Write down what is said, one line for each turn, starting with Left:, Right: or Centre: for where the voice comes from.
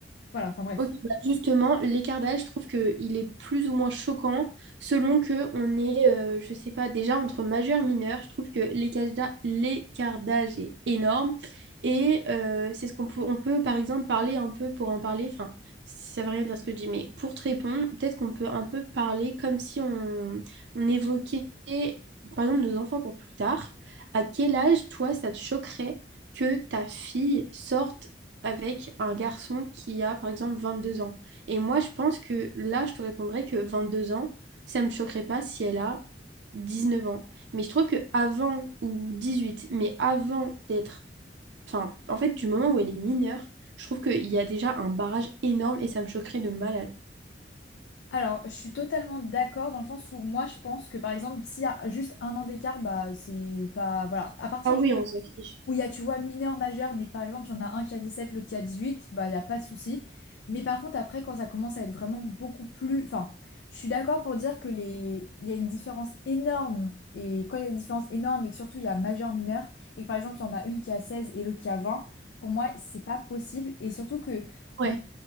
Left: Voilà, enfin, bref.
Right: Ok, bah justement, l'écart d'âge, je trouve qu'il est plus ou moins choquant selon que on est, euh, je sais pas, déjà entre majeur, mineur. Je trouve que l'écart d'a- l'écart d'âge est énorme. Et euh, c'est ce qu'on peut, on peut, par exemple, parler un peu pour en parler. Enfin, ça veut rien dire ce que je dis, mais pour te répondre, peut-être qu'on peut un peu parler comme si on, on évoquait, par exemple, nos enfants pour plus tard. À quel âge, toi, ça te choquerait que ta fille sorte avec un garçon qui a, par exemple, 22 ans. Et moi, je pense que là, je te répondrais que 22 ans, ça me choquerait pas si elle a 19 ans. Mais je trouve que avant, ou 18 mais avant d'être... Enfin, en fait, du moment où elle est mineure, je trouve qu'il y a déjà un barrage énorme et ça me choquerait de malade.
Left: Alors, je suis totalement d'accord dans le sens où moi, je pense que, par exemple, s'il y a juste un an d'écart, bah, c'est pas. Voilà. À partir
Right: Ah oui,
Left: du
Right: on s'en fiche.
Left: où il y a, tu vois, mineur, majeur, mais que, par exemple, il y en a un qui a dix sept l'autre qui a dix huit bah, il n'y a pas de souci. Mais par contre, après, quand ça commence à être vraiment beaucoup plus... Enfin, je suis d'accord pour dire que les... il y a une différence énorme. Et quand il y a une différence énorme et que surtout, il y a majeur, mineur, et que, par exemple, il y en a une qui a 16 et l'autre qui a vingt pour moi, c'est pas possible. Et surtout que...
Right: Ouais,
Left: on-